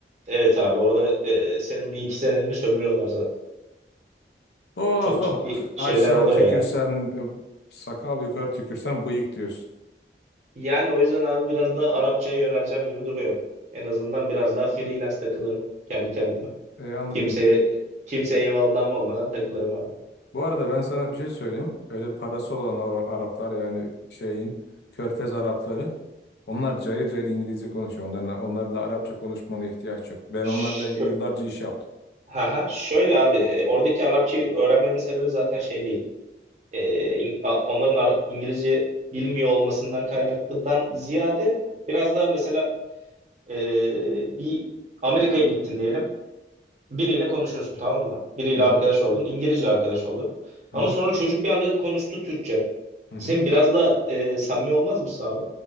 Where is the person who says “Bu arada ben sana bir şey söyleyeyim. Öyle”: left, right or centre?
Left